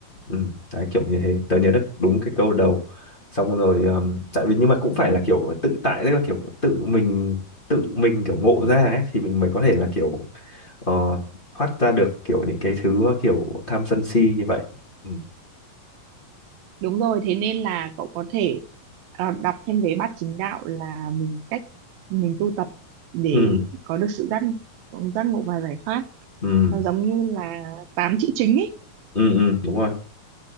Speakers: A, on the left (about 20°); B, on the right (about 85°).
A: ừ đấy kiểu như thế tớ nhớ được đúng cái câu đầu xong rồi um, tại vì nhưng mà cũng phải là kiểu tự tại tức là kiểu tự mình tự mình kiểu ngộ ra ấy thì mình mới có thể là kiểu ờ, thoát ra được kiểu những cái thứ mà kiểu tham sân si như vậy ừ
B: đúng rồi thế nên là cậu có thể ờ, đọc thêm về bát chính đạo là mình cách mình tu tập để
A: ừ
B: có được sự giác ngộ- giác ngộ và giải thoát
A: ừ
B: nó giống như là tám chữ chính ấy
A: ừ, ừ đúng rồi